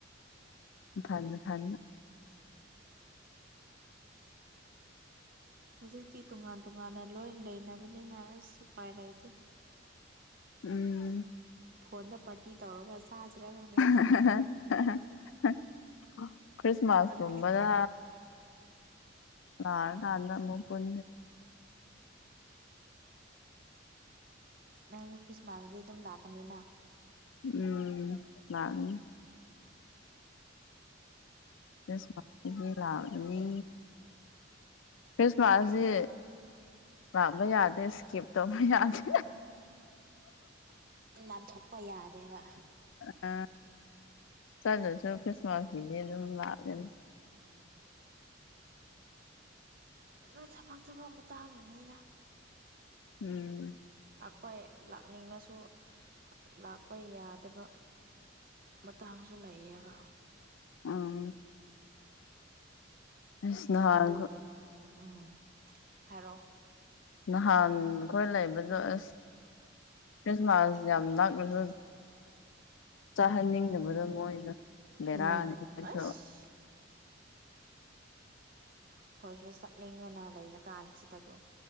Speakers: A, on the left; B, on the right.
A: ꯊꯃꯦ ꯊꯅꯤꯃꯦ
B: ꯍꯧꯖꯤꯛꯇꯤ ꯇꯣꯉꯥꯟ ꯇꯣꯉꯥꯟꯅ ꯂꯣꯏ ꯂꯩꯅꯕꯅꯤꯅ ꯑꯁ ꯎꯄꯥꯏ ꯂꯩꯇꯦ
A: ꯎꯝ
B: ꯐꯣꯟꯗ ꯄꯥꯔꯇꯤ ꯇꯧꯔꯒ ꯆꯥꯁꯤꯔ ꯉꯪꯅ
A: <unintelligible> ꯈ꯭ꯔꯤꯁꯃꯥꯁ
B: ꯎꯝ
A: ꯊꯕꯖꯥ ꯂꯔ ꯀꯥꯟꯗ ꯑꯃ ꯄꯨꯟ
B: ꯅꯪ ꯈ꯭ꯔꯤꯁꯃꯥꯁꯗꯤ ꯑꯗꯨꯝ ꯂꯥꯛꯀꯅꯤꯅ
A: ꯎꯝ ꯂꯒꯅꯤ ꯈ꯭ꯔꯤꯁꯃꯥꯁꯀꯤ ꯂꯥꯅꯤ ꯈ꯭ꯔꯤꯁꯃꯥꯁꯁꯤ ꯂꯥꯕ ꯌꯥꯗꯦ ꯏꯁꯀꯤꯞ ꯇꯧꯕ ꯌꯥꯗꯦ
B: ꯅꯥꯟꯊꯣꯛꯄ ꯌꯥꯗꯦꯕ
A: ꯑ ꯆꯠꯂꯁꯨ ꯈ꯭ꯔꯤꯁꯃꯥꯁꯒꯤꯗꯤ ꯑꯗꯨꯝ ꯂꯥꯛꯂꯦꯅꯤ
B: ꯎꯝ ꯑꯗꯨ ꯊꯕꯛ ꯊꯕꯛ ꯃꯇꯥꯡꯉꯅꯤꯅ
A: ꯎꯝ
B: ꯍꯣꯏ ꯂꯥꯛꯅꯤꯡꯉꯁꯨ ꯂꯥꯛꯄ ꯌꯥꯗꯕ ꯃꯇꯥꯡꯁꯨ ꯂꯩꯌꯦꯕ
A: ꯑꯥ ꯑꯁ ꯅꯍꯥꯟ
B: ꯑꯗꯨꯒꯨꯝ ꯎꯝ ꯍꯥꯏꯔꯣꯑꯣ
A: ꯅꯍꯥꯟ ꯑꯩꯈꯣꯏ ꯂꯩꯕꯗ ꯑꯁ ꯈ꯭ꯔꯤꯁꯃꯥꯁ ꯌꯥꯝ ꯅꯥꯛꯂꯁꯨ ꯆꯥꯍꯟꯅꯤꯡꯗꯕꯗꯣ ꯃꯣꯏꯁꯨ ꯕꯦꯔꯥꯑꯅꯤ
B: ꯎꯝ
A: ꯃꯣꯏꯁꯨ
B: ꯑꯁ ꯑꯩꯈꯣꯏꯁꯨ ꯑꯩꯈꯣꯏꯁꯨ ꯆꯠꯅꯤꯡꯉꯅ ꯂꯩꯔꯀꯥꯟꯁꯤꯗꯀꯣ